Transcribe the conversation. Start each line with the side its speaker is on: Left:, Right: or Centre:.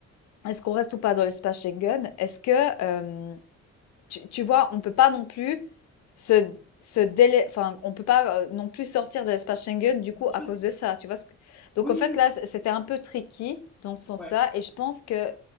Left: Est-ce qu'on reste ou pas dans l'espace Schengen? Est-ce que, euh, tu, tu vois, on peut pas non plus se, se délai, enfin, on peut pas euh, non plus sortir de l'espace Schengen du coup
Centre: bien sûr.
Left: à cause de ça. Tu vois ce que... Donc
Centre: Oui,
Left: en
Centre: oui,
Left: fait
Centre: oui.
Left: là, c- c'était un peu tricky dans ce sens-là,
Centre: Ouais.
Left: et je pense que